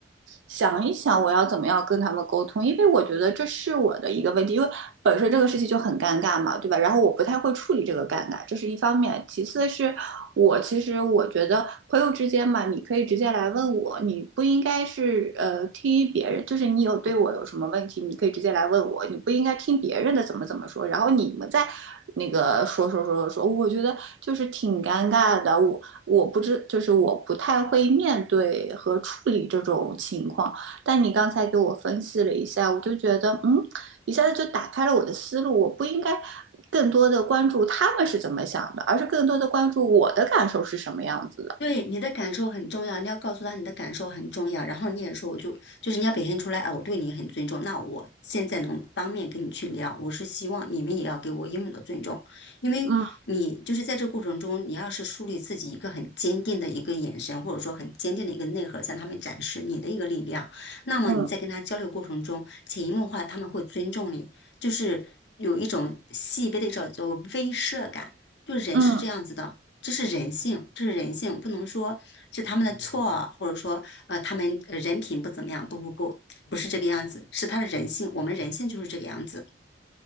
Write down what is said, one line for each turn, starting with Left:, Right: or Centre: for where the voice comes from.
Right: 想一想，我要怎么样跟他们沟通，因为我觉得这是我的一个问题，因为本身这个事情就很尴尬嘛，对吧？然后我不太会处理这个尴尬，这是一方面。其次是我其实我觉得朋友之间嘛，你可以直接来问我，你不应该是呃听别人，就是你有对我有什么问题，你可以直接来问我，你不应该听别人的怎么怎么说，然后你们在那个说说说说我觉得就是挺尴尬的。我我不知，就是我不太会面对和处理这种情况。但你刚才给我分析了一下，我就觉得，嗯，一下子就打开了我的思路。我不应该更多的关注他们是怎么想的，而是更多的关注我的感受是什么样子的。
Left: 对你的感受很重要，你要告诉他你的感受很重要，然后你也说，我就就是你要表现出来，啊，我对你很尊重，那我现在能当面跟你去聊，我是希望你们也要给我应有的尊重，因为你就是在这过程中，
Right: 嗯
Left: 你要是树立自己一个很坚定的一个眼神，或者说很坚定的一个内核，向他们展示你的一个力量，那么你在跟他交流过程中，
Right: 嗯
Left: 潜移默化他们会尊重你，就是有一种细微的一种叫做威慑感，就人是这样子的。
Right: 嗯，
Left: 这是人性，这是人性，不能说是他们的错啊，或者说呃他们呃人品不怎么样，不不不，不是这个样子，是他的人性，我们人性就是这个样子。